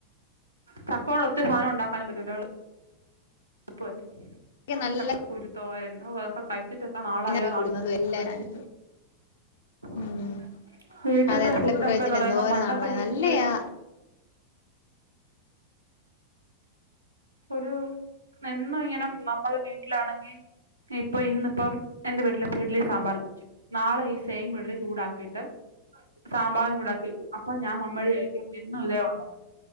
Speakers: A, on the right (about 80°); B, on the left (about 55°).
A: ചക്കോണ്ട് ഒത്തിരി സാനം ഉണ്ടാക്കാനും പറ്റുംല്ലോ <unintelligible>
B: എനിക്ക് നല്ല
A: ചക്ക കുരുത്തോരൻ ഔ അക്കെ കഴിച്ചിട്ട് എത്ര നാളായോ
B: മമ്മി
A: നാട്ടിലെ
B: കൊടുന്നതും
A: ഫുഡ്‌
B: എല്ലാം
A: കഴിച്ചിട്ട്
B: ഞാന് ഉം
A: <inaudible> വീട്ട്ത്തെ
B: അതെ നാട്ടിലെ
A: ഫുഡൊക്കെന്ന്
B: ഫുഡ് കഴിച്ചിട്ട്
A: റയുമ്പോ
B: എന്തോരം
A: പണ്ടൊക്കെ
B: നാളായി
A: വീട്ടില്
B: നല്ലയാ
A: ഒരു എന്നും ഇങ്ങനെ നമ്മള് വീട്ടിലാണെങ്കി ഇപ്പൊ ഇന്ന്പ്പം എന്റെ വീട്ടില് ഇപ്പ ഇഡലിം സാമ്പാറും വെച്ചു നാളെ ഈ സേയിം ഇഡ്ലി ചൂടാക്കിട്ട് സാമ്പാറും ചൂടാക്കി വെക്കും അപ്പൊ ഞാൻ മമ്മയോട് ചോയ്ക്കും എന്നും ഇതേ ഉള്ളോന്ന്